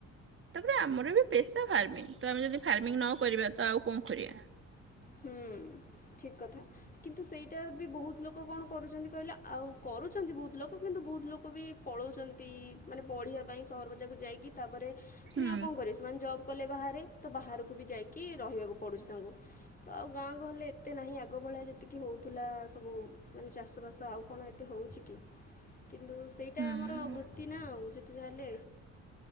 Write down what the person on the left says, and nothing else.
ହୁଁ ଠିକ୍ କଥା। କିନ୍ତୁ ସେଇଟା ବି ବହୁତ ଲୋକ କଣ କରୁଛନ୍ତି କହିଲ ଆ ଆଉ କରୁଛନ୍ତି ବହୁତ ଲୋକ। କିନ୍ତୁ ବହୁତ ଲୋକ ବି ପଳଉଛନ୍ତି ମାନେ ପଢ଼ିବା। ପାଇଁ ସହର ବଜାରକୁ ଯାଇକି ତାପରେ
ପୁଣି ଆଉ କଣ କରିବେ ସେମାନେ ଜବ୍ କଲେ ବାହାରେ। ତ ବାହାରକୁ ବି ଯାଇକି ରହିବାକୁ ପଡ଼ୁଛି ତାଙ୍କୁ। ତ ଆଉ ଗାଁ ଗହଲିରେ ଏତେ ନାହିଁ ଆଗ ଭଳିଆ ଯେତିକି ହେଉଥିଲା ସବୁ ମାନେ ଚାଷବାସ ଆଉ କଣ ଏତେ ହଉଛି କି? କିନ୍ତୁ ସେଇଟା
ଆମର ବୃତ୍ତି ନା ଆଉ ଯେତ୍ ଯେତେ ଯାହେଲେ,